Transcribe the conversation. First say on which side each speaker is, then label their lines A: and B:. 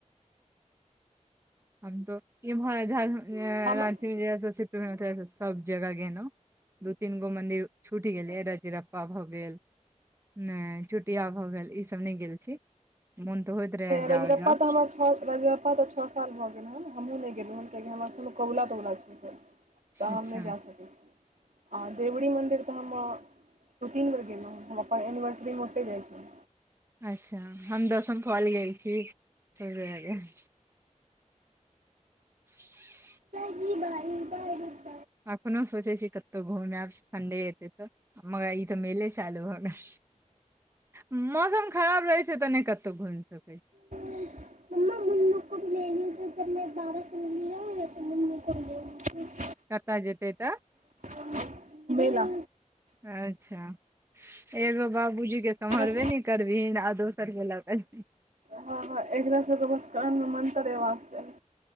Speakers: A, on the right (about 20°); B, on the right (about 80°).
A: हम तो इम्हर झार
B: हम
A: रांची मे जहिया से सिफ्ट भेने तहियास सब जगह गेनो दू तीन गो मंदिर छूटि गेलै रजरप्पा भऽ गेल नय चुटिया भऽ गेल ईसभ नई गेल छी मन तऽ होइत रहै
B: रजगप्पा
A: जाउ जाउ
B: तऽ हमर छ रजगप्पा तऽ छ साल भऽ गेल हँ हमहुँ नहि गेलहुँ हँ कियकि हमरा कोनो कबुला तबुला छै तऽ हम
A: अच्छा
B: नय जा सकै छीयै आ देवरी मन्दिर तऽ हम दू तीन बेर गेलहु हन अपन एनिवर्सरी मऽ ओतहि जाइ छी
A: अच्छा हम दसम फ़ोल गेल छी च <unintelligible> <unintelligible>
B: ई <unintelligible>
A: एखनो सोचै छी कतहु घूम आयब सनडे एतै तऽ मगर ई तऽ मेले चालू भऽ गेल मौसम खराब रहय तऽ नहि कतहु घुम सकै
B: मम्मा <unintelligible>
A: कतय जेतै तऽ
B: लीजिए बेला
A: अच्छा एगो बाबूजीके सम्हरबे
B: बस
A: नय कर थिन आ दोसर कऽ ला कऽ
B: हँ हँ एकरा सब के बस कान मऽ मन्तर एबाक चाही